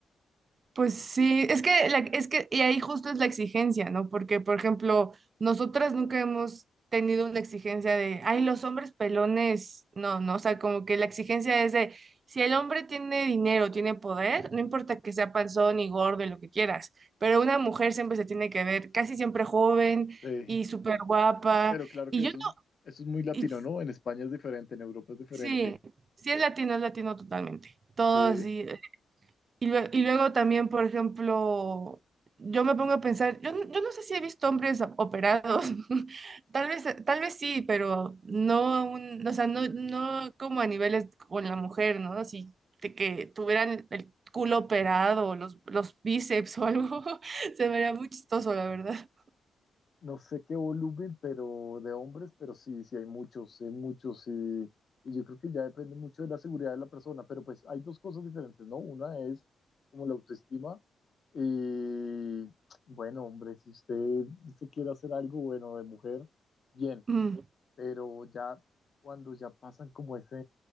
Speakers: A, on the right; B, on the left.
A: Pues sí, es que, la- es que, y ahí justo es la exigencia, ¿no? Porque, por ejemplo, nosotras nunca hemos tenido una exigencia de, ay, los hombres pelones, no, no, o sea, como que la exigencia es de, si el hombre tiene dinero, tiene poder, no importa que sea panzón y gordo y lo que quieras, pero una mujer siempre se tiene que ver casi siempre joven
B: Sí.
A: y súper guapa,
B: Pero claro
A: y
B: que eso
A: yo no,
B: es, eso es muy latino,
A: y
B: ¿no? En España es diferente, en Europa es diferente.
A: sí, sí es latino, es latino totalmente, todo
B: Eh,
A: así, y, lue- y luego también, por ejemplo, yo me pongo a pensar, yo, n- yo no sé si he visto hombres a- operados, <laughs> tal vez, tal vez sí, pero no, a un- o sea, no, no como a niveles con la mujer, ¿no? Si de que tuvieran el culo operado, o los, los bíceps o algo, <laughs> se vería muy chistoso, la verdad.
B: no sé qué volumen, pero de hombres, pero sí, sí hay muchos, sí hay muchos, y, y yo creo que ya depende mucho de la seguridad de la persona, pero pues hay dos cosas diferentes, ¿no? Una es como la autoestima y, bueno, hombre, si usted se quiere hacer algo bueno de mujer, bien,
A: Mm,
B: pero ya cuando ya pasan como ese,